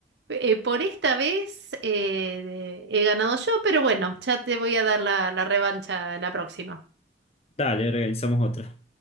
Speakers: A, on the right; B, on the left.
A: eh, por esta vez eh, he ganado yo, pero bueno, ya te voy a dar la la revancha la próxima.
B: Dale, organizamos otra.